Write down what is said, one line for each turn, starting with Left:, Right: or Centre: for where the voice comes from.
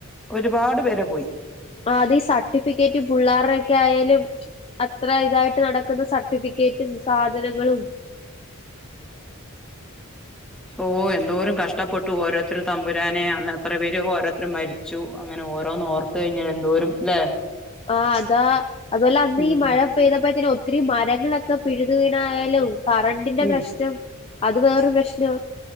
Centre: ഒരുപാട് പേര പോയി
Left: ആഹ് അത് ഈ സർട്ടിഫിക്കറ്റ് പു ള്ളാരുടെ ഒക്കെ ആയാലും അത്ര ഇതായിട്ട് നട ക്കുന്ന സർട്ടിഫിക്കറ്റും സാധനങ്ങളും
Centre: ഓഹ് എന്തോരം കഷ്ടപ്പെട്ടു ഓരോരുത്തരും തമ്പുരാനെ അന്ന് എത്ര പേര് ഓരോരുത്തര് മരിച്ചു അങ്ങനെ ഓരോന്ന്‌ ഓർത്ത് കഴിഞ്ഞാൽ എന്തോരും അല്ലേ
Left: ആഹ് അതാ അതുഅല്ല അന്ന്
Centre: ഉം
Left: ഈ മഴ ചെയ്തപ്പോത്തേനും ഒത്തിരി മരങ്ങളൊക്കെ പിഴുതു വീണായാലും കറണ്ടിന്റെ
Centre: ഉം
Left: പ്രശ്നം അത് വേറൊരു പ്രശ്നാ